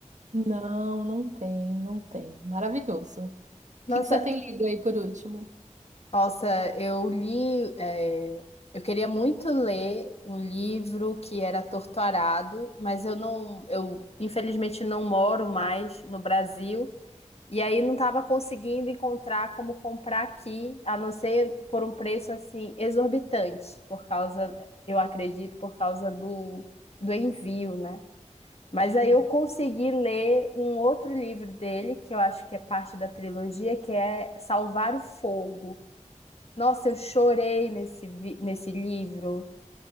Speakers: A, on the right; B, on the left.
A: Não, não tem, não tem. Maravilhoso. O
B: Nossa,
A: que que você tem lido aí por último?
B: nossa, eu li, é, eu queria muito ler um livro que era Torto Arado, mas eu não, eu infelizmente não moro mais no Brasil. E aí não estava conseguindo encontrar como comprar aqui, a não ser por um preço assim exorbitante, por causa, eu acredito, por causa do, do envio, né? Mas aí
A: Hum.
B: eu consegui ler um outro livro dele, que eu acho que é parte da trilogia, que é Salvar o Fogo. Nossa, eu chorei nesse, vi- nesse livro